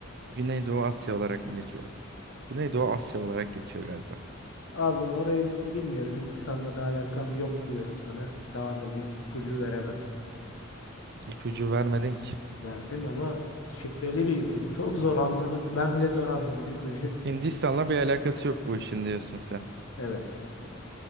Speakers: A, on the right; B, on the left.
A: Güneydoğu Asya olarak mı geçiyor? Güneydoğu Asya olarak geçiyor galiba.
B: Abi orayı bilmiyorum. Hindistan'la da alakam yok diyorum sana. Daha da büyük ipucu veremem.
A: İpucu vermedin ki.
B: Verdim ama şifreli bir ipucu. <laughs> Çok zor anlaması. Ben bile zor anladım ipucu.
A: Hindistan'la bir alakası yok bu işin diyorsun sen.
B: Evet.